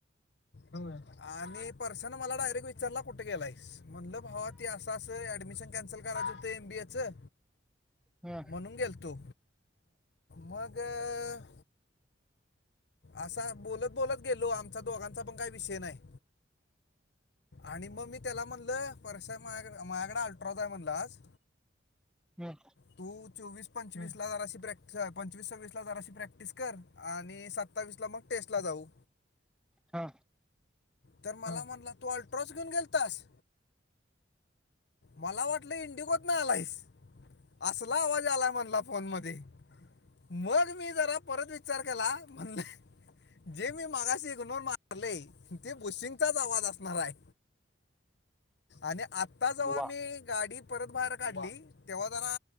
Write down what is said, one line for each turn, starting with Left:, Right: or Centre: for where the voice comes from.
Left: होय, आणि परशानं मला डायरेक्ट विचार चलां कुठे गेलास? म्हणलं भावा ते असं असं ऍडमिशन क कॅन्सल करायचं ते एम बी ए चं
Centre: हा
Left: म्हणून गेलतो. मग अं असा बोलत- बोलत गेलो आमचा दोघांचा मग काय विषय नाही. आणि मग मी त्याला म्हणलं, परशा माझकडं अल्ट्राचं हाय म्हणलं आज.
Centre: हम्म.
Left: तू चोवीस पंचवीस ला जराशी प्रॅक् पंचवीस सव्वीस ला जराशी प्रॅक्टिस कर आणि सात सत्तावीसला मग टेस्ट ला जाऊ.
Centre: हा
Left: तर मला म्हणला, तू अल्ट्रोज घेऊन गेलतास? मला वाटलं इंडिगोत न आलायस. असला आवाज आला म्हणला फोन मध्ये, मग मी जरा परत विचार केला, म्हणलं जे मी मागशी इग्नोर मार ते बुशिंगचाच आवाज असणार आहे, आणि आ आता जव्हा
Centre: वा
Left: मी गाडी परत बाहेर काढली, तेव्हा जरा